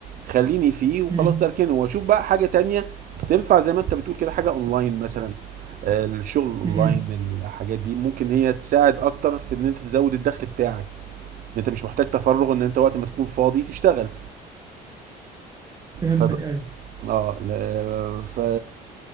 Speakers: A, on the right (about 55°); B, on the right (about 25°).
A: خليني فيه وخلاص
B: امم
A: ده اركنه واشوف بقى حاجه تانية تنفع زي ما انت بتقول كده حاجه اونلاين مثلا آه، الشغل اونلاين
B: امم
A: الحاجات دي ممكن هي تساعد اكتر في ان انت تزود الدخل بتاعك ان انت مش محتاج تفرغ ان انت وقت ما تكون فاضي تشتغل
B: فهمتك
A: ف
B: أيوه
A: اه ل... ف